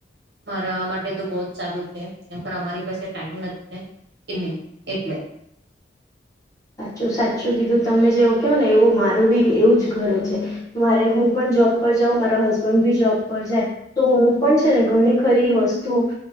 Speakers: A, on the right; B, on the left.
A: મારા માટે તો બહ જ સારું છે, એમ અમારી પાસે ટાઈમ નથી ને એને એટલે.
B: સાચું સાચું કીધું તમે જેવું કહ ને એવું મારું બી એવું જ ઘરે છે, મારે હું પણ જોબ પર જાઉં મારો હસબન્ડ બી જોબ પર જાય, તો પણ છે ને ઘણી ખરી વસ્તુ,